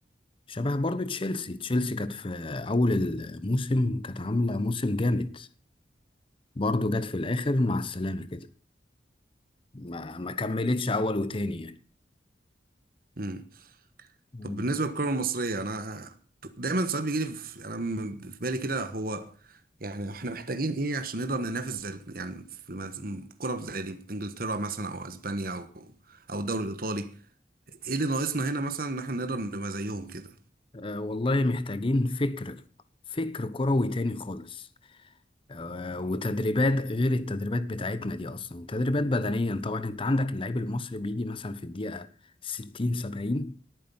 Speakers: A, on the left; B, on the right.
A: شبه برضو تشيلسي تشيلسي كانت في أول الموسم كانت عاملة موسم جامد برضو جت في الآخر مع السلامة كده ما, ما كملتش أول وتاني يعني
B: امم
A: مم.
B: طب بالنسبه للكره المصريه انا دايما ساعات بيجي لي في انا م- في بالي كده هو يعني احنا محتاجين ايه عشان نقدر ننافس زي ال- يعني في مز- كره زي دي انجلترا مثلا او اسبانيا او او الدوري الايطالي ايه اللي ناقصنا هنا مثلا ان احنا نقدر نبقى زيهم كده
A: أه والله محتاجين فكر فكر كروي تاني خالص أه وتدريبات غير التدريبات بتاعتنا دي أصلا تدريبات بدنيا طبعا أنت عندك اللعيب المصري بيجي مثلا في الدقيقة 60 70